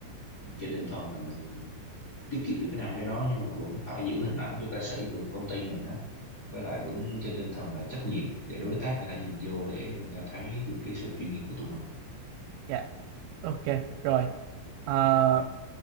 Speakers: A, on the left; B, on the right.
A: trên tinh thần là mình tiết kiệm được cái nào cho đó nhưng mà cũng vẫn phải giữ hình ảnh cho ca sĩ vẫn công ty mình á với lại vẫn trên tinh thần là trách nhiệm để đối tác người ta nhìn vô để người ta thấy được cái sự chuyên nghiệp của tụi mình
B: dạ ok rồi Ờ,